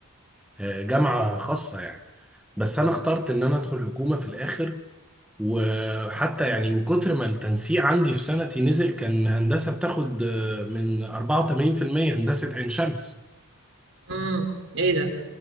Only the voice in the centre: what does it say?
آه، جامعه خاصه يعني بس انا اخترت ان انا ادخل حكومه في الاخر وحتى يعني من كتر ما التنسيق عندي في سنتي نزل كان هندسة بتاخد آه، من 84% هندسة عين شمس